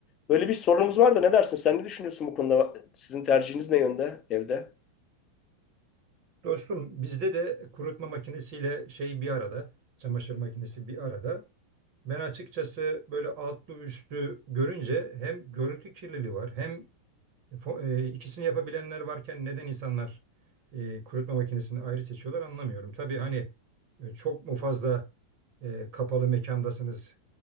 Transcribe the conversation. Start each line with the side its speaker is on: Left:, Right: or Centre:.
Left: Böyle bir sorunumuz var da ne dersin? Sen ne düşünüyorsun bu konuda? Sizin tercihiniz ne yönde evde?
Right: Dostum bizde de kurutma makinesiyle şey bir arada, çamaşır makinesi bir arada. Ben açıkçası böyle altlı üstlü görünce hem görüntü kirliliği var hem e, fo- e, İkisini yapabilenler varken neden insanlar e, kurutma makinesini ayrı seçiyorlar anlamıyorum. Tabii hani e, çok mu fazla e, kapalı mekandasınız,